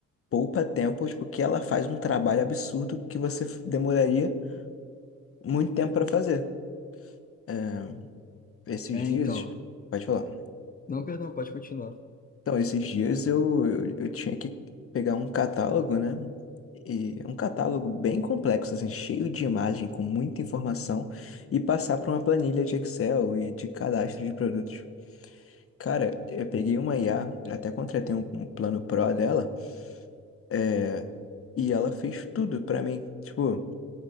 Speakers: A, on the left (about 45°); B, on the left (about 30°).
A: poupa tempo, tipo, que ela faz um trabalho absurdo que você f- demoraria muito tempo para fazer. É, Esses
B: É,
A: dias,
B: então.
A: pode falar.
B: Não, perdão, pode continuar.
A: Então, esses dias eu, eu, eu tinha que pegar um catálogo, né? E um catálogo bem complexo, assim, cheio de imagem, com muita informação, e passar para uma planilha de Excel e de cadastro de produtos. Cara, eu peguei uma IA, até contratei um, um plano Pro dela, é, e ela fez tudo para mim. Tipo,